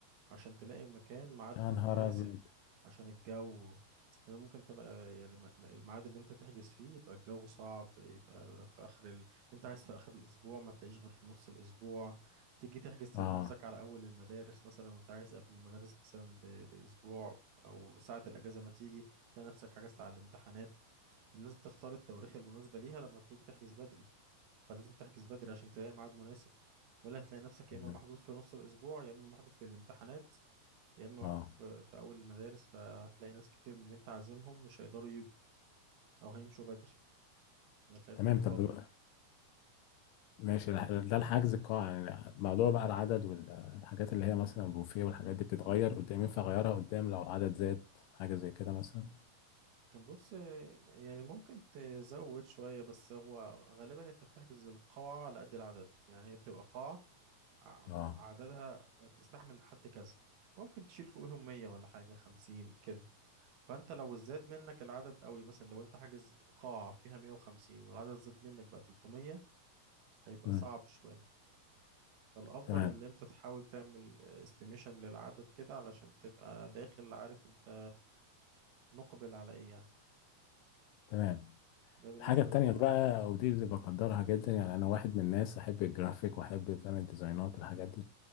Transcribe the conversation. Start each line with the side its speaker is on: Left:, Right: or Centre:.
Right: عشان تلاقي مكان ميعاد
Left: يا نهار
Right: مناسب
Left: أبيض
Right: عشان الجو يعني ممكن تبقى يعني الم- الميعاد اللي أنت تحجز فيه يبقى الجو صعب يبقى في آخر ال... أنت عايز في آخر الأسبوع ما تلاقيش غير في نص الأسبوع تيجي تحجز تلاقي
Left: آه
Right: نفسك على أول المدارس مثلا وأنت عايز قبل المدارس مثلا ب... بأسبوع أو ساعة الأجازة ما تيجي تلاقي نفسك حجزت على الامتحانات الناس بتختار التواريخ المناسبة ليها لما بتيجي تحجز بدري فلازم تحجز بدري عشان تلاقي ميعاد مناسب ولا هتلاقي نفسك
Left: تمام
Right: يا إما محظوظ في نص الأسبوع يا إما محظوظ في الامتحانات يا إما محظوظ
Left: آه
Right: في في أول المدارس فهتلاقي ناس كتير من اللي أنت عازمهم مش هيقدروا يجوا أو هيمشوا بدري هتلاقي الدنيا
Left: تمام
Right: فاضية
Left: طب ماشي الح- ده الحجز القاعة يعني موضوع بقى العدد والحاجات اللي هي مثلا البوفيه والحاجات دي بتتغير قدام ينفع أغيرها قدام لو العدد زاد حاجة زي كده مثلا
Right: بص يعني ممكن تزود شوية بس هو غالبا أنت بتحجز القاعة على قد العدد يعني هي بتبقى قاعة ع-
Left: اه
Right: عددها تستحمل لحد كذا ممكن تشيل فوقهم 100 ولا حاجة 50 كده فانت لو زاد منك العدد قوي مثلا لو انت حاجز قاعة فيها 150 والعدد زاد منك بقى 300 هيبقى
Left: مم.
Right: صعب شوية فالافضل
Left: تمام
Right: ان انت تحاول تعمل استيميشن للعدد كده علشان تبقى داخل عارف انت مقبل على ايه يعني
Left: تمام
Right: ده بالنسبة
Left: الحاجة التانية
Right: للقاعة
Left: بقى ودي اللي بقدرها جدا يعني أنا واحد من الناس أحب الجرافيك وأحب فاهم الديزاينات الحاجات دي